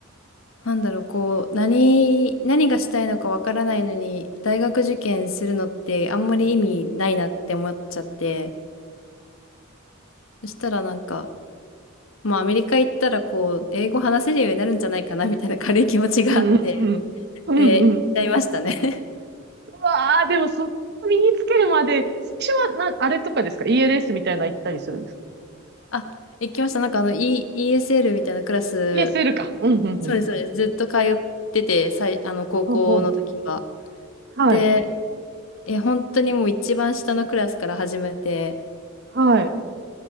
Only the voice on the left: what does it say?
なんだろう、こう、何、何がしたいのかわからないのに、大学受験するのってあんまり意味ないなって思っちゃって、そしたらなんか、まあ、アメリカ行ったら、こう、英語話せるようになるんじゃないかな、みたいな軽い気持ちがあって、
<laughs>
で、行っちゃいましたね。<laughs>
あ、行きました。なんか、あの、E、イーエス s l みたいなクラス、
そうです、そうです。ずっと通ってて、さい、あの、高校の時は。
で、え、本当にもう一番下のクラスから始めて、